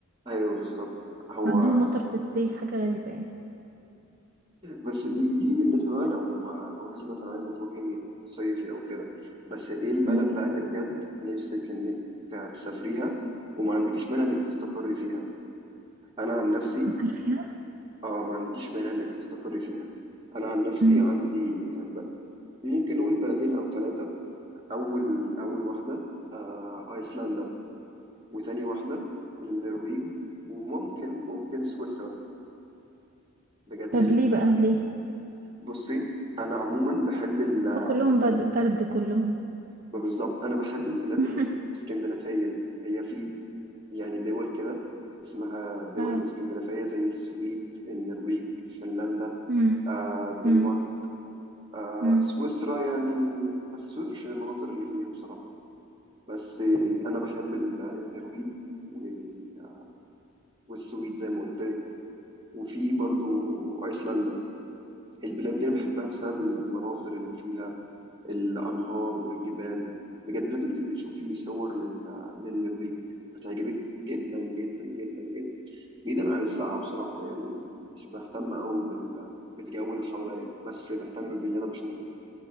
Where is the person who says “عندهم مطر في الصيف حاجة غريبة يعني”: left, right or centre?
Right